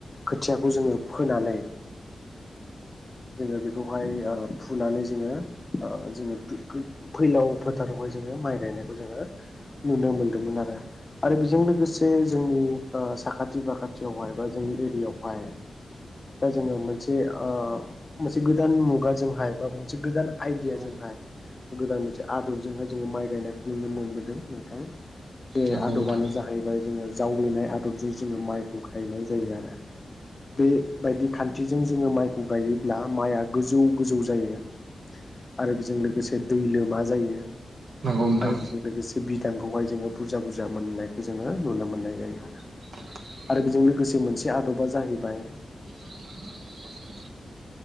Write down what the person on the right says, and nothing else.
नंगौ
नंगौ
नोंथां
नंगौ नोंथां
<inaudible>
<inaudible>